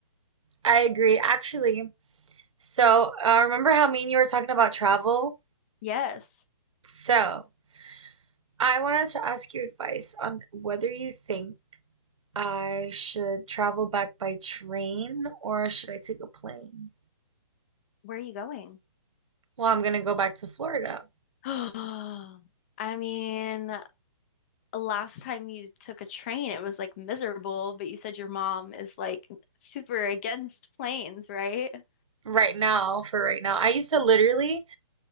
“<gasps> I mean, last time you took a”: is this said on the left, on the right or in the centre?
Left